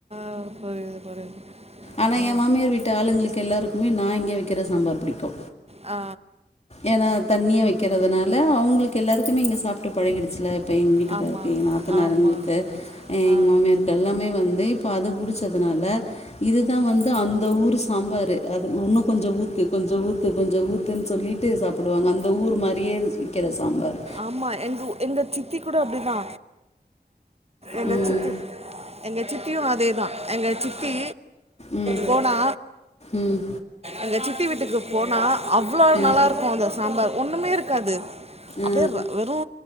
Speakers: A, on the right; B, on the left.
A: <unintelligible>
B: ஆனா
A: ஆமா.
B: ஏ மாமியார் வீட்டு ஆளுங்களுக்கு எல்லாருக்குமே நா இங்கே வைக்குற சாம்பார் புடிக்கு
A: ஆ
B: ஏனா தண்ணியா வைக்கிறதுனால அவுங்ளுக்கு எல்லாருக்குமே இங்கே சாப்ட்டு பழகிடுச்சில இப்ப எங்க வீட்டுக்காருக்கு
A: ஆமாம்
B: ஏ நாத்தனருங்களுக்கு
A: ஆமாம் ஆ
B: எங்க மாமியாருக்கு க்க எல்லாமே வந்து இப்போ அது புடிச்சதுனால இது தா வந்து அந்த ஊரு சாம்பாரு அது இன்னு கொஞ்சொ ஊத்து கொஞ்சொ ஊத்து கொஞ்சொ ஊத் துனு சொல்லிட்டு சாப்டுவாங்க அந்த ஊரு மாரியே வக்கிற சாம்பாரு
A: ஆமா எங்கு எங்க சித்தி கூட அப்டிதா எங்க
B: ம்
A: சித்தி எங்க சித்தியு அதேதா எங்க சித்தி
B: ம்
A: போனா
B: ம்
A: எங்க சித்தி வீட்டுக்கு போனா அவ்ளோ
B: ம்
A: நல்லாருக்கு அந்த சாம்பார் ஒன்னுமேருக்காது அப்டியே
B: ஆ
A: ர வெறு